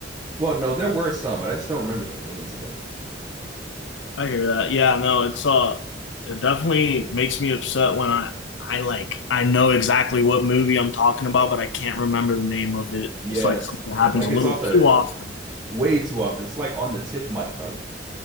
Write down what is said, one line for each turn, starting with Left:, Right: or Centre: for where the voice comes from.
Right: well, no, there were some, but I just don't remember the names of them.
Left: I hear that. Yeah, no, it's uh it definitely makes me upset when I I like I know exactly what movie I'm talking about, but I can't remember the name of it.
Right: Yes.
Left: It's like something that happens
Right: Like
Left: a
Right: it's
Left: little
Right: off the
Left: too often.
Right: way too often. It's like on the tip of my tongue.